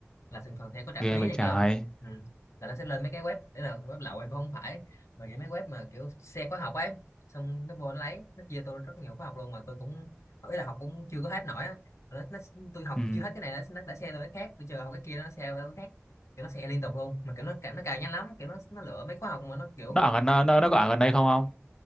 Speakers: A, on the left (about 80°); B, on the left (about 15°).
A: là thường thường sẽ có trả
B: ghê
A: phí
B: vậy
A: này
B: trời
A: kia không ừ. là nó sẽ lên mấy cái web đấy là web lậu hay cũng không phải mà kiểu mấy web mà kiểu xe khóa học ấy xong nó vô nó lấy nó chia tôi rất nhiều khóa học luôn mà tôi cũng ý là học cũng chưa có hết nổi á mà nó, nó tôi học
B: ừ
A: chưa hết cái này nó, nó đã xe tôi cái khác tôi chờ học cái kia nó xe tôi cái khác kiểu nó xe liên tục luôn mà kiểu nó cảm nó cài nhanh lắm kiểu nó nó lựa mấy khóa học mà nó kiểu
B: nó ở gần nó nó nó có ở gần đây không không